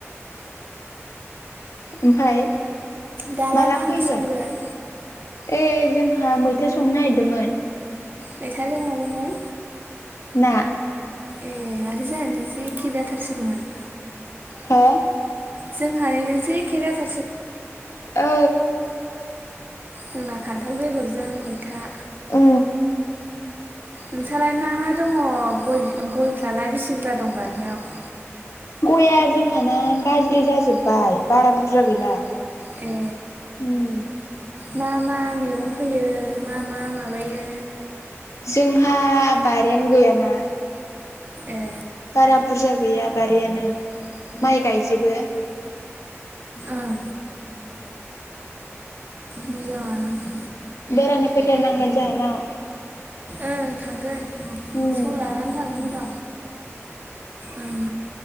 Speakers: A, on the left (about 80°); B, on the right (about 45°).
A: ओमफाय
B: दालाय
A: माला
B: मा ओंख्रि
A: फैगोन
B: संगोन
A: ए जोंहा मै संनो नागिरदोंमोन।
B: मैथा जों माजोंहाय?
A: ना।
B: ए माथो जोंहानिजोंसो एखि जाथारसिगौमोन।
A: हो
B: जोंहा निजोंसो एखे जाथार सिग
A: ओ।
B: जोंना खान्थाल बेगरजों मैथा।
A: औ।
B: नोंसालाय मा मा दङ गयफ्रालाय बेसे बुरजा दं बारियाव?
A: गया जोंहाना गाज्रि जाजोब्बाय बारा बुरजा गैला।
B: ए
A: उम।
B: मा मा मैगं फैयो मा मा माबायो।
A: जोंहा बारिआनो गैयाना
B: ए
A: बारा बुरजा। गैया बारियानो माइ गायजोबो। ए।
B: ओं मोजाङानो
A: बेरायनो फैथारनांगोन जाहोनाव।
B: ओं थांगोन।
A: औओं।
B: सम लानानै थांगोन र' ओं